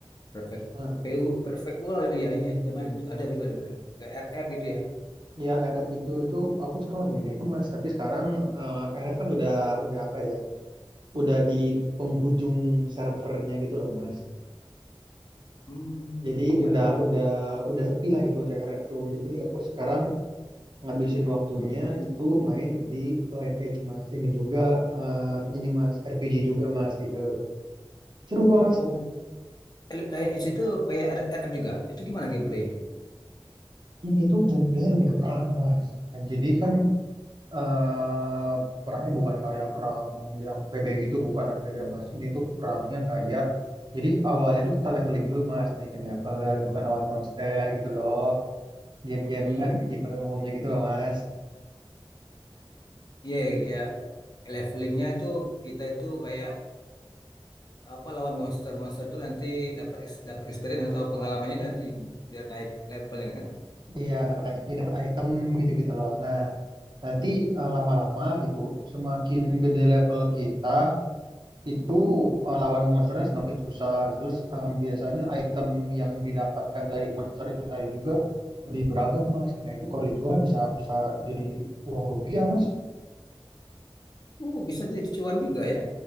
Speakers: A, on the left (about 45°); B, on the right (about 55°).
A: Perfect
B: Nah,
A: PU Perfect World iya iya iya main ada juga di mana aku kayak RF gitu ya.
B: ya RF itu itu aku sekarang lagi main itu, Mas. Tapi sekarang eh, RF kan udah udah apa ya? Udah di penghujung servernya gitu loh, Mas.
A: Hmm
B: Jadi
A: ya.
B: udah udah udah sepi lah gitu si RF tuh. Jadi aku sekarang ngabisin waktunya
A: Hmm.
B: itu main di Line Edge mas ini juga eh, ini mas RPG juga mas gitu seru kok mas
A: Oh bu- L- lain Edge itu kayak R- RF juga. Itu gimana gameplaynya?
B: ini tuh gameplaynya lebih ke perang mas Nah, jadi kan eh, perangnya bukan kayak perang yang PB gitu bukan mas beda mas ini tuh perangnya kayak jadi awalnya tuh kita leveling dulu mas naikin level itu kan lawan monster gitu loh game-game
A: Hmm
B: RPG pada umumnya gitu loh mas
A: iya iya iya. levelingnya itu kita itu kayak apa lawan monster-monster itu nanti dapat ex- dapat experience atau pengalamannya itu nanti biar naik levelnya kan.
B: Iya, dapat XP, dapat item gitu-gitu loh. Nah, Nanti eh, lama-lama gitu, semakin gede level kita, itu eh, lawan monsternya semakin susah. Terus eh, biasanya item yang didapatkan dari monster itu tadi juga lebih beragam, Mas. Nah, itu kalau dijual bisa bisa jadi uang rupiah, Mas.
A: Oh, bisa jadi cuan juga ya.